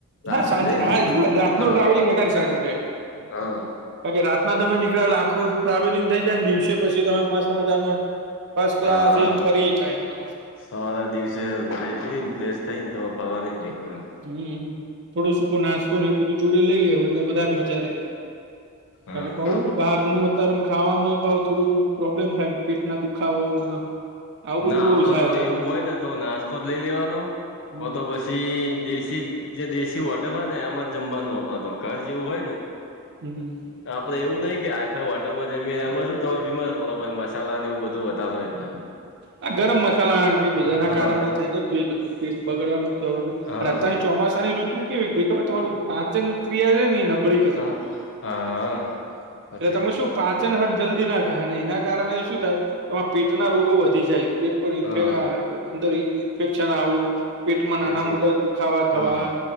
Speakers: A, on the left; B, on the right.
A: રાતે
B: હા સાંજે
A: જઈ
B: હા રાત
A: હા
B: નો ટ્રાવેલિંગ વધારે સારું રહેે
A: હા
B: કારણ કે રાતના તમે નીકળે આખું ટ્રાવેલિંગ થઈ જાય ને દિવસે પછી તમે મસ્ત મજાના ફર્સ્ટ
A: હા
B: ક્લાસ
A: હા
B: એને ફરીને બધું
A: સવારે દિવસે નાઈ ધોઈ ને ફ્રેશ થઈને તમે ફરવા નીકળી ગયો એમ
B: હમ થોડો સૂકો નાસ્તો ને એવું બધું જોડે લઈ લે એટલે વધારે મજા રે
A: હા
B: કાર કે બહુ બહાર નું અત્યારે ખાવામાં થોડું પ્રોબ્લેમ થાય પેટના દુખાવો ને આવું
A: -ના
B: બધું બહુ
A: આપડે
B: થાય
A: તો
B: અત્યારે
A: એવું હોય ને તો નાસ્તો જ લઈ લેવાનો
B: હમ
A: કોતો બસ પછી દેશી જે દેશી હોટેલ હોય ને એમાં જ જમવાનું આપડે તો ઘર જેવું હોય ને
B: હમ
A: આપડે એવું નહિ કે આઈફાઈ હોટલમાં જમીએ એમાં છું તમે બીમાર પડો મસ્ત્ ચાલાન એવું બધું વધાર હોય એટલે
B: આ ગરમ મસાલા બધા ના
A: હા
B: કારણે થઈને બધું પેટ બગડવાનું
A: હા
B: ર અત્યારની ચોમાસાની ઋતુ કેવી ખબર તમારું પાચન ક્રિયા છે નબળી <unintelligible>
A: હા હા સાચી
B: એટલે તમે
A: વાત
B: શું? પાચન હટ જલ્દી ના થાય અને એના કારણે શું થાય કેમાં પેટના રોગો વધી જાય
A: હા
B: અંદર ઇન્ફેક્શન આવું પેટમાં નાના
A: સાચી
B: મોટા
A: વાત
B: દુખાવા થવા.
A: હા હા